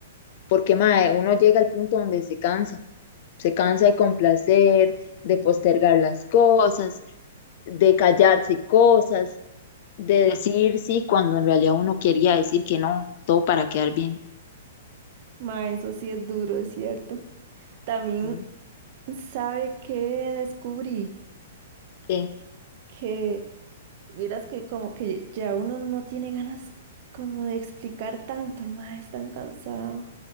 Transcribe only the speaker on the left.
Porque, mae, uno llega al punto donde se cansa Se cansa de complacer, de postergar las cosas, de callarse cosas, de decir sí cuando en realidad uno quería decir que no, todo para quedar bien.
Sí.
¿Qué?